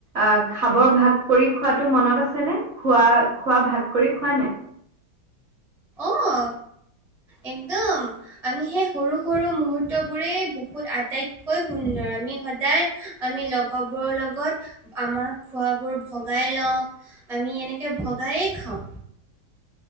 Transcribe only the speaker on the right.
আ' খাবৰ ভাগ কৰি খোৱাতটো মনত আছে নে খোৱা খোৱা ভাগ কৰি খোৱা নে?